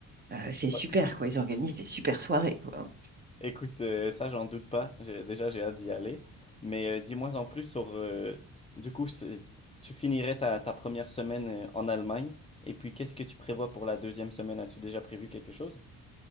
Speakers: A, on the right (about 25°); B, on the left (about 15°).
A: euh, c'est super
B: Ouais.
A: quoi, ils organisent des super soirées quoi.
B: Écoute, euh, ça, j'en doute pas. J'ai- déjà, j'ai hâte d'y aller. Mais euh, dis-moi en plus sur... euh, du coup, c'est- tu finirais ta, ta première semaine euh, en Allemagne. Et puis, qu'est-ce que tu prévois pour la deuxième semaine? As-tu déjà prévu quelque chose?